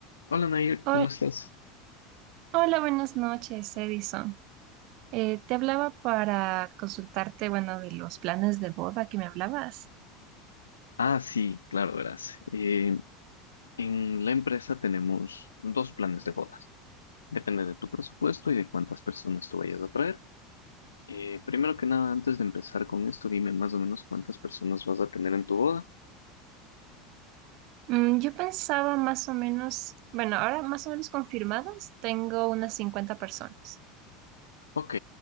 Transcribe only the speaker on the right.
Hol-
Hola, buenas noches, Edison. Eh, te hablaba para consultarte, bueno, de los planes de boda que me hablabas.
Mm, yo pensaba más o menos, bueno, ahora más o menos confirmados, tengo unas 50 personas.